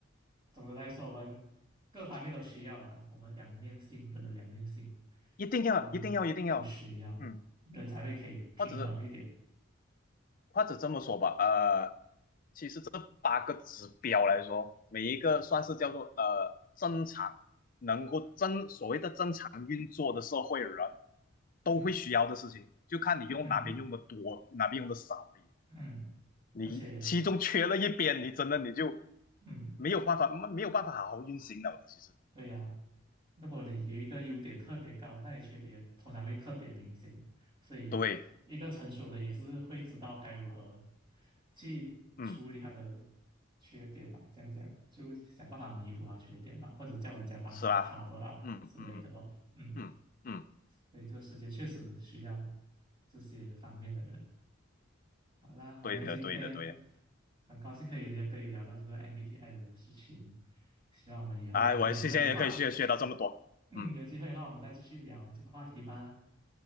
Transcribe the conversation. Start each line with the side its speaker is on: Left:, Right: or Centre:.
Right: 总的来说，我们各方面都需要啦，我们两面性，人的两面性
Left: 一定要，
Right: 都都需要，
Left: 一定要，一定要，嗯，
Right: 人才会可以平衡一点，
Left: 或者或者这么说吧，呃，其实这八个指标来说，每一个算是叫做呃正常，
Right: 嗯
Left: 能够正所谓的正常运作的社会人都会需要的事情，
Right: 嗯。
Left: 就看你用哪边用的多，
Right: 嗯
Left: 哪边用的少而已。
Right: 嗯，
Left: 你其中缺了一边，
Right: 而且，
Left: 你真的你就
Right: 嗯，
Left: 没有办法，没有办法好好运行了的，其实，
Right: 对呀、如果你有一个优点特别高，那你缺点通常会特别明显。所以，
Left: 对，
Right: 一个成熟的也是会知道该如何去处理他的
Left: 嗯，
Right: 缺点吧，这样讲，就想办法弥补他缺点吧，或者叫人家帮他
Left: 是啦，
Right: cover up
Left: 嗯嗯嗯
Right: 之类的咯。嗯，
Left: 嗯嗯，
Right: 所以这个世界确实需要这些方面的人。好啦，我们今天
Left: 对的，对的，对的，
Right: 很高兴可以聊可以聊到这个 MBTI 的事情，希望我们以后还有机会的话，
Left: 哎，我现在也可以学学到这么多，
Right: 嗯，
Left: 嗯，
Right: 有机会的话我们再继续聊这个话题吧。